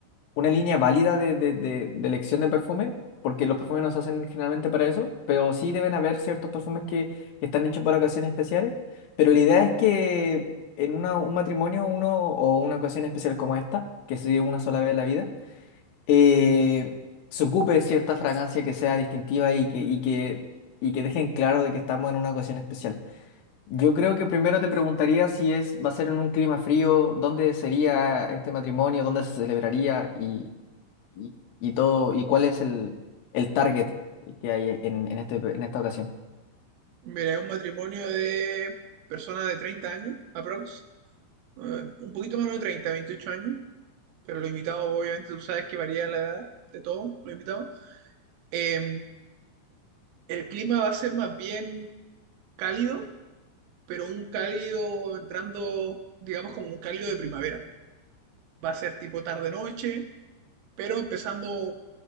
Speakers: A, on the left; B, on the right.
A: una línea válida de, de- de- de elección de perfume, porque los perfumes no se hacen generalmente para eso, pero sí deben haber ciertos perfumes que, que están hechos para ocasiones especiales. Pero la idea es que en una- un matrimonio uno o una ocasión especial como esta, que se vive una sola vez en la vida, eh, se ocupe de cierta fragancia que sea distintiva y que, y que, y que dejen claro de que estamos en una ocasión especial. Yo creo que primero te preguntaría si es, va a ser en un clima frío, dónde sería este matrimonio, dónde se celebraría y, y, y todo, y cuál es el, el target que hay en, en este, en esta ocasión.
B: Mira, es un matrimonio de personas de 30 años, aprox eh, un poquito menos de treinta 28 años, pero los invitados, obviamente, tú sabes que varía la edad de todos los invitados. Eh, el clima va a ser más bien cálido, pero un cálido entrando, digamos, como un cálido de primavera. Va a ser tipo tarde-noche, pero empezando